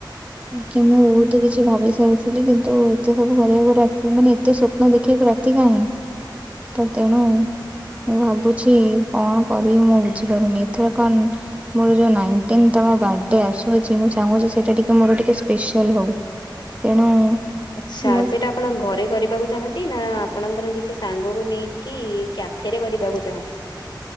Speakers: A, on the right (about 15°); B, on the left (about 65°).
A: ଆଜ୍ଞା ମୁଁ ବହୁତ କିଛି ଭାବି ସାରିଥିଲି କିନ୍ତୁ ଏତେ ସବୁ କରିବାକୁ ରାତି ମାନେ ଏତେ ସ୍ୱପ୍ନ ଦେଖିବାକୁ ରାତି ତି କାହିଁ? ତ ତେଣୁ ମୁଁ ଭାବୁଛି କଣ କରିବି ମୁଁ ବୁଝିପାରୁନି, ଏଥର କଣ ମୋର ଯୋଉ ନାଇଟିନ୍ ତମ ବାଡେ ଆସୁଅଛି ମୁଁ ଚାହୁଁଛି ସେଇଟା ଟିକେ ମୋର ଟିକେ ସ୍ପେଶାଲ ହଉ। ତେଣୁ
B: ଆଚ୍ଛା
A: ମୁଁ
B: ସେଇଟା ଆପଣ ଘରେ କରିବାକୁ ଚାହାନ୍ତି ନା ଆପଣଙ୍କର କିଛି ସାଙ୍ଗକୁ ନେଇକି କ୍ୟାଫେରେ କରିବାକୁ ଚାହାନ୍ତି?